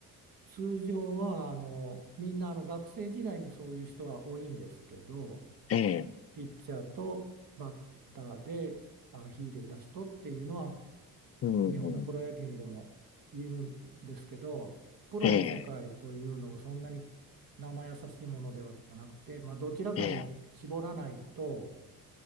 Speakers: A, on the right; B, on the left.
A: 通常はあのみんなあの学生時代にそういう人は多いんですけど
B: ええ、
A: ピッチャーとバッターであの秀でた人っていうのは
B: うんうん、
A: 日本のプロ野球にでもいるんですけどプロの世界というのをそんなに
B: ええ、
A: 生易しいものではなくて、まあ、どちらかに絞らないと
B: ええ、